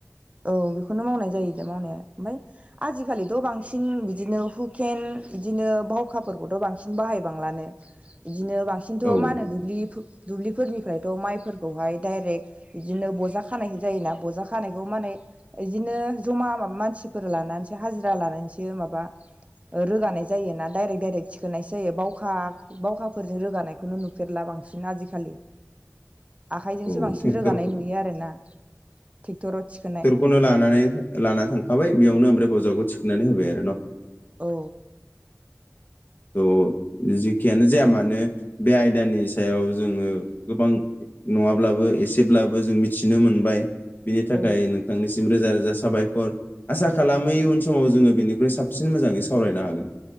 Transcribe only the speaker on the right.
औ बेखौनो मावनाय जायो दा मावनाया ओमफाय आजिखालिथ' बांसिन बिद दिनो हुकेेन बिदिनो बावखाफोरखौथ' बांसिन बाहायबांलानो। दिनो बांसिनथ'
मा होनो दुब्लि फो दुब्लिफोरनिफ्रायथ' माइफोरखौहाय दायरेक इदिनो बजा खानाय जायोना बजा खानायखौ माने इदिनो ज'मा मा मानसिफोर लानानैसो हाजिरा लानानैसो माबा ओ रोगानाय जायोना दायरेक दायरेक थिखोनायसो जायो बावखा बावखाफोरजों रोगानायखौनो नुफेरला बांसिन आजिखालि। आखाय जोंसो
बांसिन
रोगानाय नुयो आरोना। टेक्टराव थिखोनाय
औ
औ